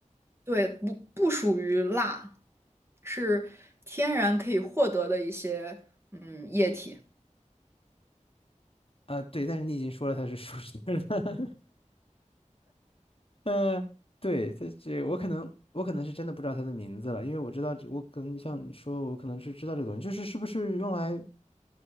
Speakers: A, on the right; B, on the left.
A: 对，不不属于蜡，是天然可以获得的一些嗯液体。
B: 啊，对，但是你已经说了它是树脂了。<laughs> 嗯，对，它这我可能我可能是真的不知道它的名字了，因为我知道这我可能像你说，我可能是知道这个东西，就是是不是用来